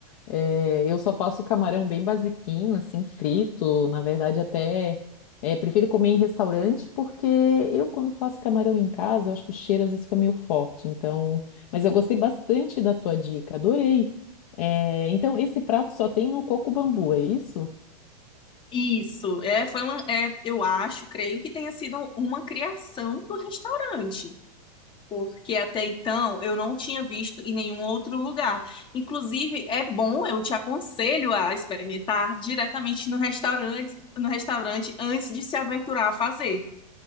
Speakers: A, on the left; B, on the left.
A: É, eu só faço camarão bem basiquinho, assim, frito. Na verdade, até é, prefiro comer em restaurante, porque eu, quando faço camarão em casa, eu acho que o cheiro às vezes fica meio forte. Então, mas eu gostei bastante da tua dica, adorei. É, então, esse prato só tem no coco bambu, é isso?
B: Isso, é, foi uma, é, eu acho, creio que tenha sido uma criação do restaurante, porque até então eu não tinha visto em nenhum outro lugar. Inclusive, é bom, eu te aconselho a experimentar diretamente no restaurante, no restaurante antes de se aventurar a fazer.